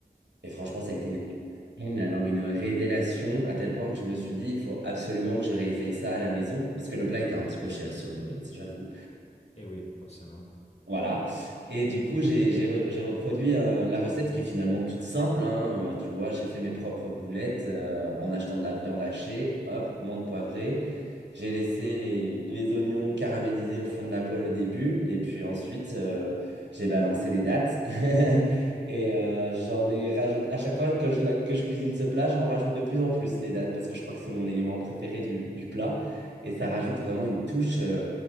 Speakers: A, on the right (about 85°); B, on the left (about 35°).
A: Et franchement, ça a été une révélation, mais alors une révélation à tel point que je me suis dit, il faut absolument que je réessaye ça à la maison, parce que le plat était un petit peu cher sur Uber Eats, j'avoue.
B: Et oui, forcément.
A: Voilà. Et du coup, j'ai j'ai re- j'ai reproduit euh, la recette qui est finalement toute simple, hein. Euh, tu vois, j'ai fait mes propres boulettes euh, en achetant de la viande hachée, hop, menthe poivrée. J'ai laissé les, les oignons caramélisés au fond de la poêle au début, et puis ensuite euh, j'ai balancé les dattes. <laughs> Et euh, j'en ai rajouté. À chaque fois que je, la- que je cuisine ce plat, j'en rajoute de plus en plus les dattes, parce que je crois que c'est mon élément préféré du, du plat. Et ça rajoute vraiment une touche euh,